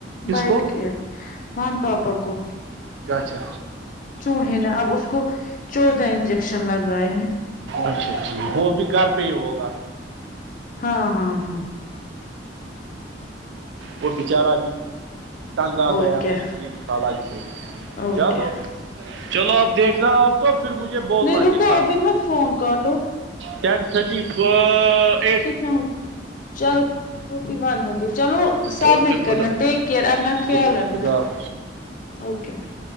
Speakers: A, on the right; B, on the left.
A: کس
B: بیٹٹ
A: کو
B: کے مان پاپا کو
A: اچھا
B: چوہے نا اب اس کو چودہ انجیکشن لگائے ہیں
A: اچھا ٹھیک وہ بھی گھر پہ ہی ہوگا
B: ہاں ہاں ہاں
A: وہ بچارا بھی تنگ آ
B: اور
A: گیا
B: کیا
A: خالہ کے
B: اوکے
A: چلو چلو اپ دیکھنا آپ تو پھر مجھے
B: نہیں
A: بولنا
B: رکو
A: دکھا
B: ابھی مت فون کاٹو
A: ٹین تھرٹی ف
B: کتنا ہو چلو ٹھیک ہے فورٹی ون ہوگی چلو سبمٹ
A: اوکے خدا
B: کرنا ٹیک کیئر اپنا خیال
A: خدا
B: رکھنا
A: خدا حافظ
B: اوکے بھائی